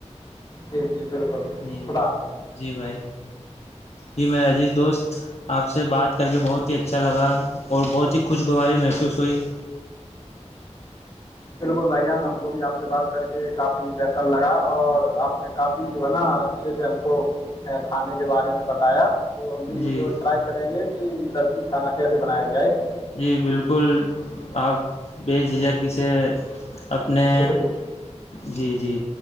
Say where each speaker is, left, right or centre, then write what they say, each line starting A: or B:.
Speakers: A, on the left; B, on the left.
A: جی جی بالکل بالکل
B: جی
A: خدا حافظ
B: جی بھائی جی میرا عجیت دوست آپ سے بات کر کے بہت ہی اچھا لگا اور بہت ہی خوشگواری محسوس ہوئی
A: بالکل بھائی جان ہم کو بھی آپ سے بات کر کے کافی بہتر لگا اور آپ نے کافی جو ہے نا اچھے سے ہم کو کھانے کے بارے میں بتایا تو ہم بھی
B: جی
A: جو ٹرائی کریں گے کہ لذیذ کھانا کیسے بنایا جائے
B: جی بالکل آپ بے جھجھک ک سے اپنے
A: شکریہ
B: جی جی